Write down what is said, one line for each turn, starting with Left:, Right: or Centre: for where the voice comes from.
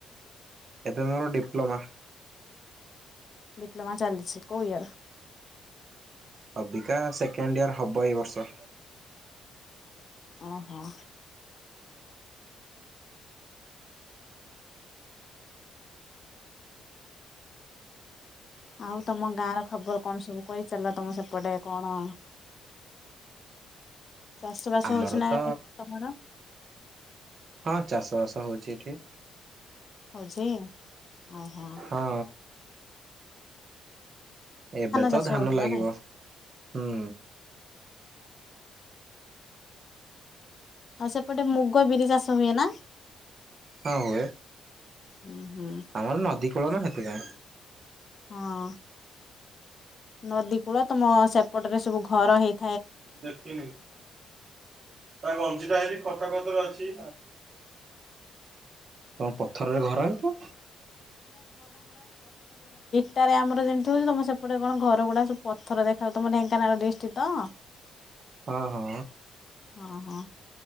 Right: ଏବେ ମୋର ଡିପ୍ଲୋମା।
Left: ଡିପ୍ଲୋମା ଚାଲିଛି କୋଉ ଇୟର୍?
Right: ଅବିକା ସେକେଣ୍ଡ ଇୟର ହବ, ଏଇ ବର୍ଷ।
Left: ଓହୋ। ଆଉ ତମ ଗାଁ ର ଖବର କଣ? ସବୁ କହିଚାଲ ତମ ସେପଟେ କଣ? ଚାଷ ବାସ
Right: ଆମର
Left: ହଉଛି ନା
Right: ତ
Left: ଏବେ ତମର?
Right: ହଁ ଚାଷ ବାସ ହଉଛି ଏଠି।
Left: ହଉଛି? ଓହୋ।
Right: ହଁ ଏବେ ତ
Left: ଚାଷ
Right: ଧାନ
Left: ହଉଥିବ
Right: ଲାଗିବ।
Left: ନା?
Right: ହୁଁ।
Left: ଆଉ ସେପଟେ ମୁଗ, ବିରି ଚାଷ ହୁଏ ନା?
Right: ହଁ ହୁଏ।
Left: ହୁଁ ହୁଁ
Right: ଆମର ନଦୀ କୂଳ ନା ସେଥିପାଇଁ।
Left: ହଁ। ନଦୀ କୂଳ ତମ ସେପଟରେ ସବୁ ଘର ହେଇ
Right: ଦେଖିନି ତା ଗଞ୍ଜିଟା ହେବ <unintelligible> ଅଛି। ତମ ପଥରରେ ଘର ହେତୁ
Left: ସେଟାରେ ଆମର ଯେମିତି ହଉଛି ତମ ସେପଟେ କଣ ଘର ଗୁଡା ସବୁ ପଥରଖାଯାଉ ତମ ଢେଙ୍କାନାଳ ଡିଷ୍ଟ୍ର୍ ତ <inaudible>
Right: ହଁ ହଁ
Left: ହଁ ହଁ